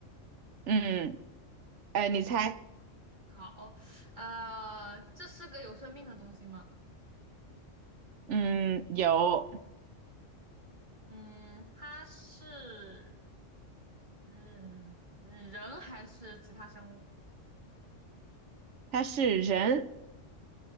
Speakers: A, on the right (about 70°); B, on the right (about 40°).
A: 嗯，呃，你猜，
B: 好，呃，这是个有生命的东西吗？
A: 嗯，有，
B: 嗯，它是嗯人还是其他生物？
A: 他是人，